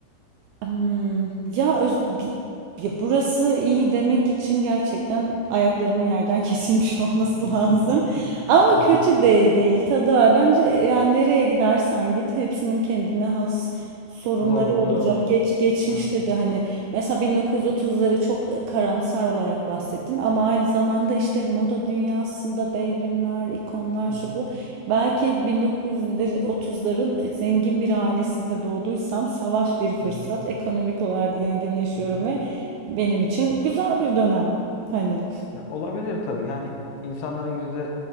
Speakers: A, on the right; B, on the left.
A: Hmm, Ya, öz, bi- ya burası iyi demek için gerçekten ayaklarımın yerden <laughs> kesilmiş olması
B: Hı hı.
A: lazım.
B: <laughs>
A: Ama
B: Hı
A: kötü
B: hı.
A: de değil, tadı var. Bence e, yani nereye gidersen git hepsinin kendine has sorunları
B: Zorlukları
A: olacak.
B: var.
A: Geç geçmişte
B: Evet.
A: de hani mesela 1930'ları çok e, karamsar olarak bahsettin ama aynı zamanda işte moda dünyasında devrimler, ikonlar
B: Hı
A: şu
B: hı.
A: bu. Belki 1930'ların zengin bir ailesinde doğduysam savaş bir fırsat.
B: Hı hı.
A: Ekonomik olarak zenginleşiyorum
B: Hı hı.
A: ve benim için güzel bir dönem. Hani
B: Ya olabilir tabii. Yani insanların yüzde